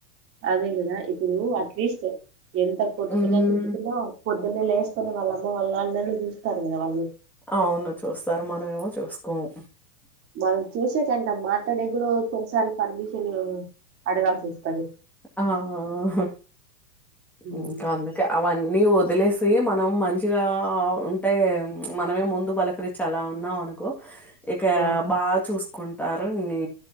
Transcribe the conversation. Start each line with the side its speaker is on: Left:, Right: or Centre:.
Right: అదే కదా ఇప్పుడు అట్లీస్ట్ ఎంత కొట్టుకున్నా
Centre: ఉమ్
Right: తిట్టుకున్నా పొద్దున్నే లేస్తారు వాళ్ళమ్మ వాళ్ళు అన్నని చూస్తారు కదా వాళ్ళు
Centre: అవును చూస్తారు మనమేమో చూసుకోము
Right: మనం చూసే కంట మాటడగుడో కొన్నిసార్ పర్మిషన్ అడగాల్సి వస్తది
Centre: ఆ ఆ ఆహ్
Right: హ్మ్.
Centre: ఇంకా అందుకే అవన్నీ ఒద్ దిలేసి మనం మంచిగా ఉంటే ప్చ్ మనమే ముందు బలకరించి అలా ఉన్నాం అనుకో ఇక
Right: ఆ!
Centre: బాగా చూస్ కుంటారు ఇది